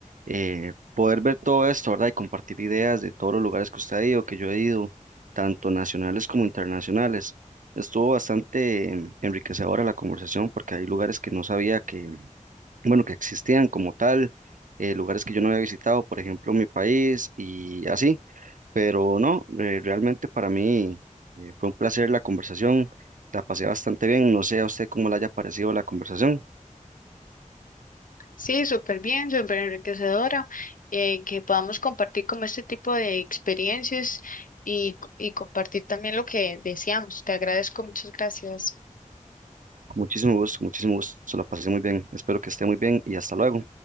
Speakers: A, on the right; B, on the left.
A: eh, poder ver todo esto, ¿verdad? Y compartir ideas de todos los lugares que usted ha ido, que yo he ido, tanto nacionales como internacionales. Estuvo bastante em, enriquecedora la conversación porque hay lugares que no sabía que bueno, que existían como tal, eh, lugares que yo no había visitado, por ejemplo, mi país y así, pero no, eh, realmente para mí eh, fue un placer la conversación, la pasé bastante bien, no sé a usted cómo le haya parecido la conversación,
B: Sí, súper bien, súper enriquecedora, eh, que podamos compartir como este tipo de experiencias y, y compartir también lo que deseamos. Te agradezco, muchas gracias.
A: con muchísimo gusto, muchísimo gusto, la pasé muy bien, espero que esté muy bien y hasta luego.